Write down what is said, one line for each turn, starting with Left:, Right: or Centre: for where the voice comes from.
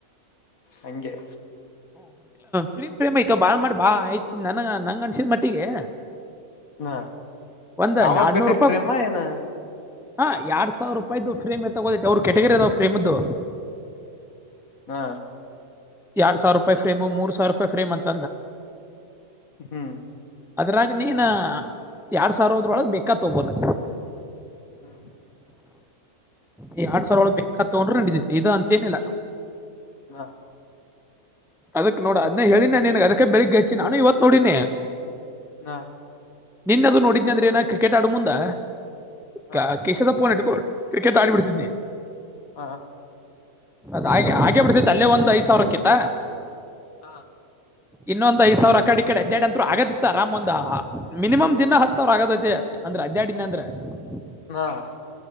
Left: ಹಂಗೆ
Centre: ಪ್ರೀ ಫ್ರೇಮ್ ಆಯ್ತ ಬಾಳ ಮಾಡಿ ಬಾ ಆಯತ್ ನನ ನಂಗ ಅನ್ಸಿದ್ ಮಟ್ಟಿಗೆ
Left: ಹಾ
Centre: ಒಂದ್
Left: ಯಾವಾಗ
Centre: ಎರಡ್ನೂರ್
Left: ಬೇಕಾದ
Centre: ರೂಪಾಯಿ
Left: ಪ್ರೇಮ ಏನ
Centre: ಹಾ ಎರಡ್ ಸಾವಿರ ರೂಪಾಯ್ದ ಫ್ರೇಮ್ರ್ ತಗೋತೆ ಅವ್ರರು ಕೆಟಗರಿ ಅದಾವ ಪ್ರೇಮದ್ದು
Left: ಹಾ
Centre: ಎರಡ್ ಸಾವಿರ ರೂಪಾಯಿ ಫ್ರೇಮ ಮೂರು ಸಾವಿರ ರೂಪಾಯಿ ಫ್ರೇಮ್ ಅಂದ
Left: ಹ್ಮ್
Centre: ಅದ್ರಾಗ ನೀನ್ ಎರಡು ಸಾವಿರ ಹದ್ರೊಳಗೆ ಬೇಕಾತ್ ತೋಗಬೋದ
Left: ಹ್ಮ್
Centre: ಈ ಎರಡ್ ಸಾವಿರ ಒಳಗ ಬೇಕತ್ತಗೊಂಡ್ರರು ನಡಿದತಿ ಇದು ಅಂತೇನಿಲ್ಲ
Left: ಹಾ <unintelligible>
Centre: ಅದಕ್ ನೋಡ ಅದನ್ನೇ ಹೇಳಿನ್ ನಾನ್ ನಿನ್ಗ್ ಅದಕ್ಕೆ ಬೆಳಿಗ್ಗೆ ಹೆಚ್ಚಿ ನಾನು ಇವತ್ ನೋಡಿನಿ.
Left: ಹ <unintelligible>
Centre: ನಿನ್ನದು ನೋಡಿದ್ನ ಅಂದ್ರೆ ನ ಕ್ರಿಕೆಟ್ ಆಡ ಮುಂದ. <unintelligible>
Left: ಹಾ
Centre: ಕ್ರಿಕೆಟ್ ಆಡಿಬಿಡ್ತಿದ್ನಿ.
Left: ಹಾ <unintelligible>
Centre: ಅದ ಹಾಗೆ ಹಾಗೆ ಬಿಡ್ತತ್ತು ಅಲ್ಲೇ ಒಂದ್ ಐದ್ ಸಾವಿರಕ್ಕಿತ್ತ.
Left: ಹಾ
Centre: ಇನ್ನೊಂದ್ ಐದ್ ಸಾವಿರ ಆ ಕಡೆ ಈ ಕಡೆ ಅದ್ದೆಡ್ <unintelligible> ಅಂತರು ಆಗದಿತ್ತ ರಾಮ್ ಒಂದ ಮಿನಿಮ್ ದಿನಾ ಹತ್ ಸಾವಿರ ಆಗದೈತೆ. ಅಂದ್ರ ಅದ್ಯಾಡಿನ ಅಂದ್ರ <unintelligible>
Left: ಹಾ <unintelligible>